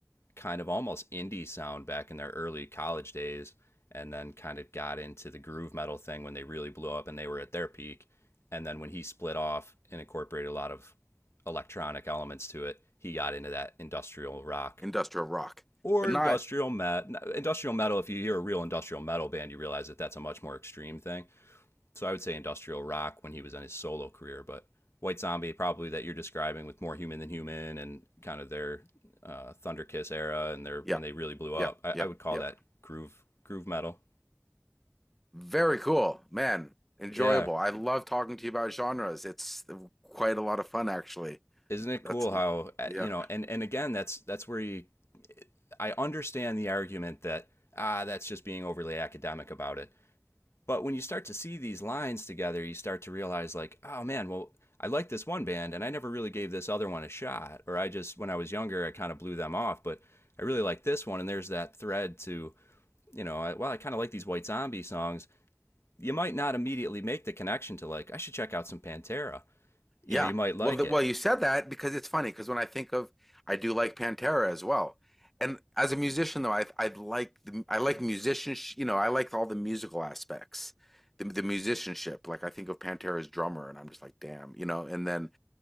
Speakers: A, on the left (about 65°); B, in the centre.
A: kind of almost indie sound back in their early college days and then kind of got into the groove metal thing when they really blew up and they were at their peak. And then when he split off and incorporated a lot of electronic elements to it, he got into that industrial rock
B: industrial rock,
A: or
B: but not.
A: industrial metal. industrial metal. If you hear a real industrial metal band, you realize that that's a much more extreme thing. So I would say industrial rock when he was on his solo career, but White Zombie probably that you're describing with more human than human and kind of their uh, Thunder Kiss era and their
B: Yeah,
A: when they really blew up.
B: yeah,
A: I,
B: yeah,
A: I would call
B: yeah.
A: that groove groove metal.
B: Very cool, man. Enjoyable.
A: Yeah,
B: I love talking to you about genres. It's quite a lot of fun, actually.
A: isn't it
B: That's
A: cool how uh,
B: yeah,
A: you know? And and again, that's that's where you, I understand the argument that ah that's just being overly academic about it But when you start to see these lines together, you start to realize, like, oh man, well, I like this one band and I never really gave this other one a shot. Or I just, when I was younger, I kind of blew them off, but I really like this one. And there's that thread to, you know, I, well, I kind of like these White Zombie songs. You might not immediately make the connection to, like, I should check out some Pantera. You
B: yeah.
A: know, you might like
B: Well, the,
A: it.
B: well, you said that because it's funny. Because when I think of, I do like Pantera as well. And as a musician, though, I I like the, I like musicians. You know, I like all the musical aspects, the the musicianship. Like I think of Pantera's drummer, and I'm just like, damn, you know. And then